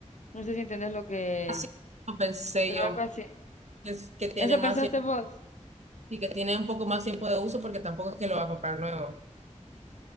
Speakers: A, on the left; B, on the right.
A: No sé si entendés lo que...
B: Así como pensé
A: Pero
B: yo,
A: algo así.
B: que, es- que tiene
A: ¿Eso
B: más
A: pensaste
B: tiempo
A: vos?
B: y que tiene un poco más tiempo de uso porque tampoco es que lo va a comprar nuevo.